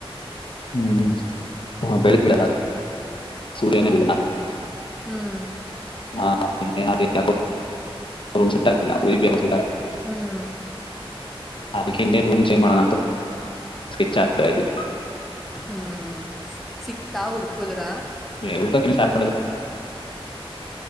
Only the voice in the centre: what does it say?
ಹ್ಮು
ಹ್ಮು
ಹ್ಮು ಸಿಕ್ತಾ ಹುಡ್ಕುದ್ರಾ.